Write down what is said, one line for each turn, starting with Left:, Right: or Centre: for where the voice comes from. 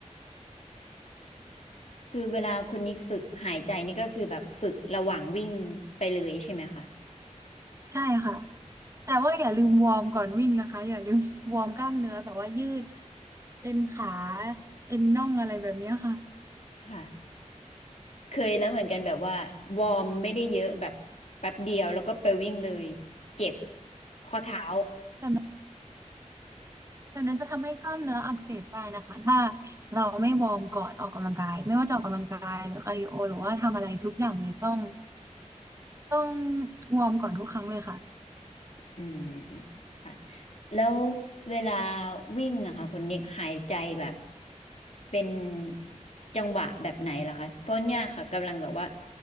Left: คือเวลาคุณนิกฝึกหายใจนี่ก็คือแบบฝึกระหว่างวิ่งไปเลยใช่ไหมคะ
Right: ใช่ค่ะแต่ว่าอย่าลืมวอร์มก่อนวิ่งนะคะอย่าลืม <laughs> วอร์มกล้ามเนื้อแบบว่ายืดเอ็นขาเอ็นน่องอะไรแบบเนี้ยค่ะ
Left: ค่ะเคยแล้วเหมือนกันแบบว่าวอร์มไม่ได้เยอะแบบแป๊บเดียวแล้วก็ไปวิ่งเลยเจ็บข้อเท้า
Right: แบบนั้น ดังนั้นจะทำให้กล้ามเนื้ออักเสบได้นะคะถ้าเราไม่วอร์มก่อนออกกำลังกายไม่ว่าจะออกกำลังกายหรือคาร์ดิโอหรือว่าทำอะไรทุกอย่างเลยต้องต้องวอร์มก่อนทุกครั้งเลยค่ะ
Left: อืมค่ะแล้วเวลาวิ่งอะค่ะคุณนิกหายใจแบบเป็นจังหวะแบบไหนเหรอคะเพราะเนี่ยค่ะกำลังแบบว่า